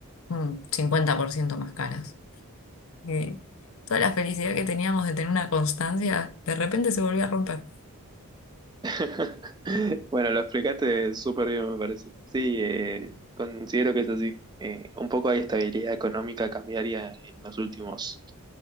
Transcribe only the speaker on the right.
<laughs> Bueno, lo explicaste súper bien, me parece. Sí, eh, considero que es así. Eh, un poco hay estabilidad económica cambiaria en los últimos,